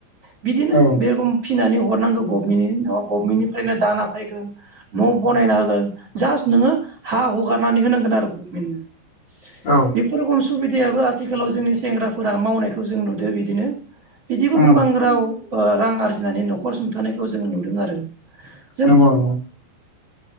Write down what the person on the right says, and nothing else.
बिदिनो
बेरखम फिनानै हरनांगौ गभमेन्टनि नंङा गभमेन्टनिफ्रायनो दाना फैगोन न' बनायना होगोन जास्ट नोंङो हा हगारनानै होनांगोन आरो गभमेन्टनो।
बेफोर रखम सुबिदायाबो आथिखालाव जोंनि सेंग्राफोरा मावनायखौ जों नुदो बिदिनो। बिदिबो
गोबां राव ओ रां आरजिनानै न'खर सुंथानायखौ जोंङो नुदों आरो। जों